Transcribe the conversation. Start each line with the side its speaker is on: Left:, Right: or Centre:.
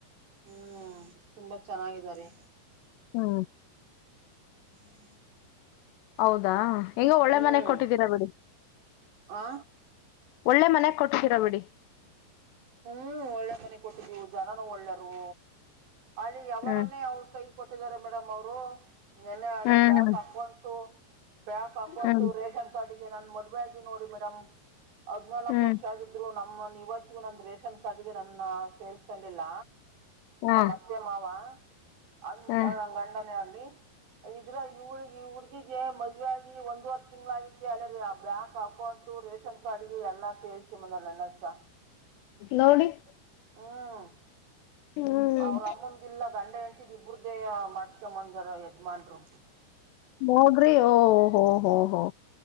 Right: ಹ್ಮ್ ತುಂಬಾ ಚೆನ್ನಾಗಿದ್ದಾರೆ.
Left: ಹ್ಮ
Right: <unintelligible>
Left: ಹೌದಾ ಹೇಗೋ ಒಳ್ಳೆ
Right: ಹ್ಮ್
Left: ಮನೆಗ್ ಕೊಟ್ಟಿದ್ದೀರಾ ಬಿಡಿ.
Right: ಆ
Left: ಒಳ್ಳೆ ಮನೆಗ್ ಕೋಟಿದೀರಾ ಬಿಡಿ.
Right: ಹ್ಮ್ ಒಳ್ಳೆ ಮನೆ ಕೊಟ್ಟಿದ್ವು ಜನನುೂ ಒಳ್ಳೆರು. ಅಲ್ಲಿ ಯವರನೆ
Left: ಹ್ಮ್
Right: ಅವ್ಳ ಕೈಗ ಕೊಟ್ಟಿದ್ದಾರೆ ಮೇಡಮ್ ಅವರು. ನೆನ್ನ ಹಳೆ
Left: ಹ್ಮ್
Right: ಬ್ಯಾಕ್ ಅಕೌಂಟ್ಸು ಬ್ಯಾಕ್ ಅಕೌಂಟು
Left: ಹ್ಮ್ ಹ್ಮ್
Right: ರೇಷನ್ ನನ್ನ ಪಾಡಿಗ ನನ್ನ ಮದುವೆ ಆಗಿನ ನೋಡಿ ಮೇಡಮ್ ಹದ್ನಾಲ್ಕು
Left: ಹ್ಮ್
Right: ವರ್ಷ ಆಗಿದ್ರು ನಮ್ಮ ಇವತ್ತಗೂ ನಂದು. ರೇಷನ್ ಕಾರ್ಡ್ಗೆ ನನ್ನ ಸೇರಿಸಿಕೊಂಡಿಲ್ಲ
Left: ಹಾ
Right: ನಮ್ಮ ಅತ್ತೆ ಮಾವ. ಅಂತ
Left: ಹಾ
Right: ನನ್ನ ಗಂಡನೇ ಆಗ್ಲಿ. ಇದ್ರ ಇವಳು ಇ ಹುಡ್ಗಿಗೆ ಮದುವೆ ಆಗಿ ಒಂದವರೆ ತಿಂಗ್ಗಳ ಆಗಿತ್ ಅಲ್ಲ ರೀ ಆ ಬ್ಯಾಂಕ್ ಅಕೌಂಟ್. ರೇಷನ್ ಕಾರ್ಡಗೆ ಎಲ್ಲ ಸೇರಿಸಿ ನನ್ನ ಹೆಸರ
Left: ನೋಡಿ.
Right: ಹ್ಮ
Left: ಹ್ಮ್
Right: ಅವ್ರ ಅಮ್ಮಂದ ಇಲ್ಲಾ ಗಂಡ ಹೆಂಡ್ತಿದು ಇಬ್ರ್ದೇ ಮಾಡ್ಸ್ಕೊಂಡಂಬಂದಾರ ಯಜಮಾನ್ರು.
Left: ನೋಡ್ರಿ ಓಹಹೋಹೋಹೋ